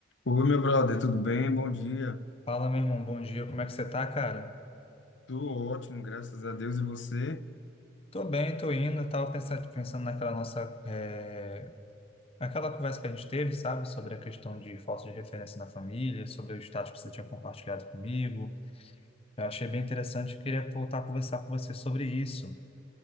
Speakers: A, on the left; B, on the left.
A: Oi, meu brother, tudo bem? Bom dia.
B: Fala, meu irmão, bom dia, como é que você tá, cara?
A: Tô ótimo, graças a Deus. E você?
B: Tô bem, tô indo, eu tava pensando, pensando naquela nossa, é, aquela conversa que a gente teve, sabe, sobre a questão de falta de referência na família, sobre o status que você tinha compartilhado comigo, eu achei bem interessante, e queria voltar a conversar com você sobre isso.